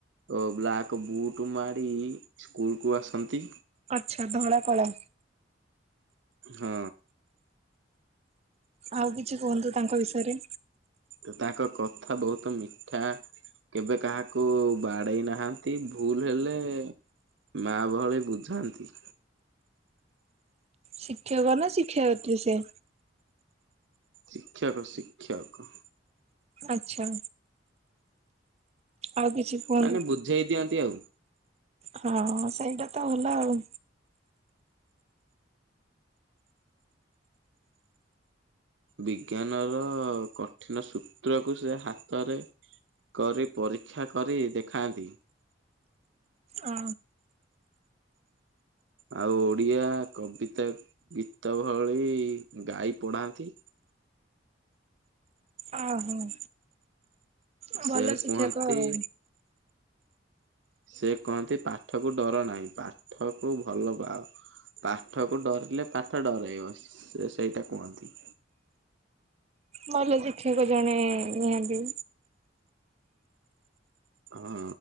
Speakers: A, on the right; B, on the right.
A: ଓ ବ୍ଲାକ୍ ବୁଟୁ ମାଡ଼ି ସ୍କୁଲକୁ ଆସନ୍ତି।
B: ଆଚ୍ଛା ଧଳା କଳା।
A: ହଁ।
B: ଆଉ କିଛି କୁହନ୍ତୁ ତାଙ୍କ ବିଷୟରେ।
A: ତ ତାଙ୍କ କଥା ବହୁତ ମିଠା। କେବେ କାହାକୁ ବାଡେଇ ନାହାନ୍ତି ଭୁଲ ହେଲେ ମା ଭଳି ବୁଝାନ୍ତି।
B: ଶିକ୍ଷକ ନା ଶିକ୍ଷୟତ୍ରି ସେ?
A: ଶିକ୍ଷକ ଶିକ୍ଷକ।
B: ଆଚ୍ଛା। ଆଉ କିଛି କୁହନ୍ତୁ।
A: ମାନେ ବୁଝେଇ ଦିଅନ୍ତି ଆଉ।
B: ହଁ ସେଇଟା ତ ଭଲ ଆଉ।
A: ବିଜ୍ଞାନ ର କଠିନ ସୂତ୍ରକୁ ସେ ହାତରେ କରି ପରୀକ୍ଷା କରି ଦେଖାନ୍ତି।
B: ଆ।
A: ଆଉ ଓଡ଼ିଆ କବିତା ଗୀତ ଭଳି ଗାଇ ପଢାନ୍ତି।
B: ଆ ହଁ। ଅ
A: ସେ
B: ଭଲ ଶିକ୍ଷକ
A: କୁହନ୍ତି
B: ଆଉ।
A: ସେ କଅନ୍ତି ପାଠ କୁ ଡର ନାଇ ପାଠକୁ ଭଲ ପାଅ। ପାଠକୁ ଡରିଲେ ପାଠ ଡରେଇବ ସେ ସେଇଟା କୁହନ୍ତି।
B: ମଲ ଶିକ୍ଷକ ଜଣେ ନିହାନ୍ତି।
A: ହଁ